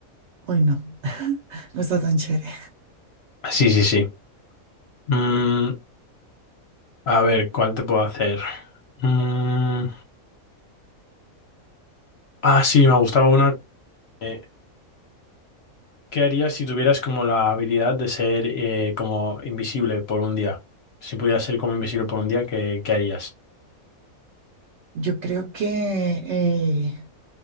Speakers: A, on the right; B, on the left.
A: Hoy no, <laughs> no está tan chévere.
B: Sí, sí, sí. Mm, A ver, ¿cuál te puedo hacer? Mm, ah, sí, me gustaba una. eh, ¿qué harías si tuvieras como la habilidad de ser eh, como invisible por un día? Si pudieras ser como invisible por un día, ¿qué, qué harías? <laughs>
A: Yo creo que eh,